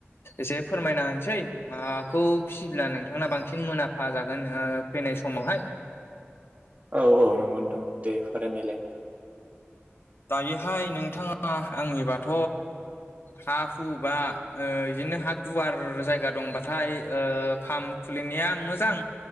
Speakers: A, on the left (about 60°); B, on the right (about 35°).
A: एसे फोरमायना होनोसै मा खौ फिसियोब्ला नोंथांना बांसिन मोनुलाम्फा जागोन फैनाय समावहाय।
B: औ-औ नंगौ नोंथां दे फोरमायलाय
A: दायोहाय नोंथाङा आंनिबाथ हा हु बा बिदिनो हा गुवार जायगा दंबाथाय ओ पाम्प खुलिनाया मोजां।